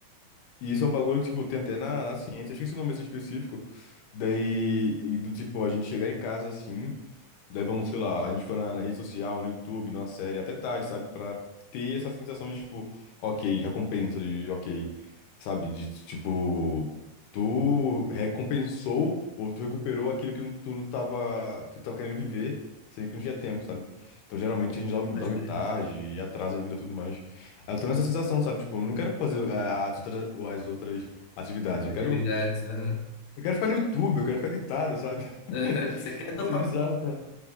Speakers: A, on the left; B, on the left.
A: isso é um bagulho que, tipo, tem até na, na ciência. Eu esqueci o nome assim específico. Daí, e do tipo, a gente chegar em casa assim. Daí vamos, sei lá, a gente foi na, na rede social, no YouTube, numa série, até tarde, sabe? Pra ter essa sensação de, tipo, ok, recompensa, de ok, sabe? De, tipo, tu recompensou ou tu recuperou aquilo que tu tava, que tu tava querendo viver, sendo que não tinha tempo, sabe? Então, geralmente, a gente dorme,
B: pode
A: dorme
B: crer.
A: tarde e atrasa a vida e tudo mais. Aí eu tô nessa sensação, sabe? Tipo, eu não quero fazer eh, as outras, as outras atividades, eu
B: Atividades,
A: quero,
B: aham.
A: eu quero ficar no YouTube, eu quero ficar deitado, sabe?
B: Aham,
A: <laughs>
B: Você quer
A: Isso
B: dopamina?
A: é bizarro, cara.